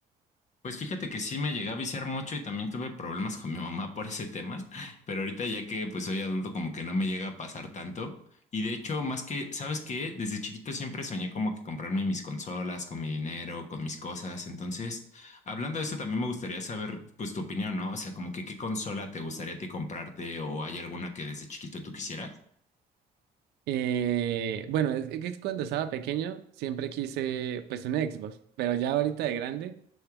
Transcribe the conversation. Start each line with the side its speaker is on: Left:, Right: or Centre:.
Left: Pues fíjate que sí me llegué a viciar mucho y también tuve problemas con mi mamá por ese tema, pero ahorita ya que pues soy adulto como que no me llega a pasar tanto. Y de hecho, más que, ¿sabes qué? Desde chiquito siempre soñé como que comprarme mis consolas, con mi dinero, con mis cosas. Entonces, hablando de eso, también me gustaría saber pues tu opinión, ¿no? O sea, como que qué consola te gustaría a ti comprarte o hay alguna que desde chiquito tú quisieras.
Right: Eh, bueno, es, es cuando estaba pequeño siempre quise pues un Xbox, pero ya ahorita de grande